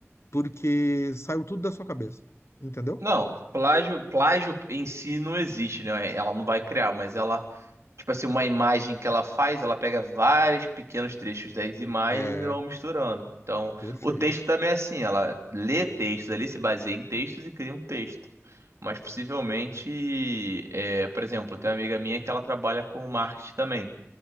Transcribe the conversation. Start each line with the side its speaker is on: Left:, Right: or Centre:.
Left: porque saiu tudo da sua cabeça, entendeu?
Right: Não, plágio, plágio em si não existe, né? Ela não vai criar, mas ela, tipo assim, uma imagem que ela faz, ela pega vários pequenos trechos das imagens
Left: É,
Right: e vai misturando. Então,
Left: perfeito.
Right: o texto também é assim, ela lê textos ali, se baseia em textos e cria um texto. Mas possivelmente, é, por exemplo, tem uma amiga minha que ela trabalha com marketing também.